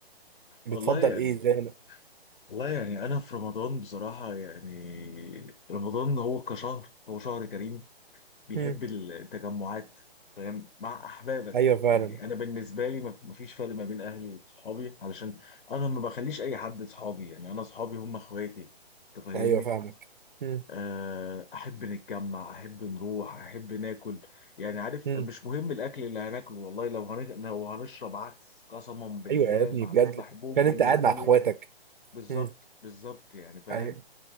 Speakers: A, on the right; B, on the left.
A: بتفضل
B: والله يعني
A: ايه زي ما
B: والله يعني انا في رمضان بصراحه يعني رمضان هو كشهر هو شهر كريم بيحب
A: مم.
B: التجمعات فاهم مع احبابك
A: ايوه فعلا
B: يعني انا بالنسبه لي مف- مفيش فرق ما بين اهلي وصحابي علشان انا ما بخليش اي حد صحابي يعني انا صحابي هم اخواتي انت فاهمني
A: ايوه فاهمك مم.
B: آه، احب نتجمع احب نروح احب ناكل يعني عارف
A: مم.
B: مش مهم الاكل اللي هناكله والله لو هن... لو هنشرب عدس قسما بالله
A: ايوه يا ابني
B: مع
A: بجد
B: ناس بحبهم
A: كان
B: بالنسبه
A: انت قاعد مع اخواتك
B: لي ولا بالظبط
A: مم.
B: بالظبط يعني فاهم
A: ايوه